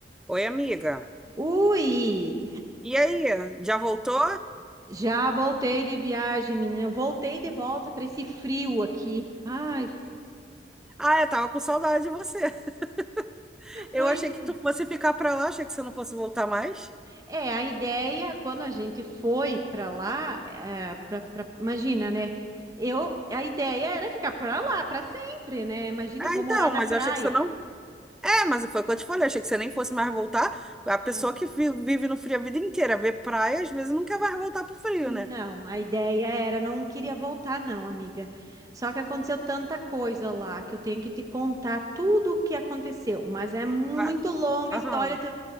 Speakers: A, in the centre; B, on the right (about 20°).
A: Oi, amiga.
B: Ui,
A: E aí, já voltou?
B: já voltei de viagem, menina. Voltei de volta para esse frio aqui. Ai,
A: Ah, eu tava com saudade de você. <laughs> Eu
B: pois
A: achei que
B: é.
A: tu fosse ficar pra lá, achei que você não fosse voltar mais.
B: É, a ideia, quando a gente foi para lá, é, pra- pra- imagina, né? Eu, a ideia era ficar para lá para sempre, né? Imagina,
A: Ah,
B: eu vou
A: então,
B: morar na
A: mas
B: praia.
A: eu achei que você não. É, mas foi o que eu te falei, achei que você nem fosse mais voltar. A pessoa
B: Ah,
A: que vi- vive no frio a vida inteira, vê praia, às vezes nunca vai voltar pro frio,
B: Não,
A: né?
B: a ideia era, não queria voltar, não, amiga. Só que aconteceu tanta coisa lá que eu tenho que te contar tudo o que aconteceu, mas é muito
A: Ah,
B: longa
A: Aham,
B: a história.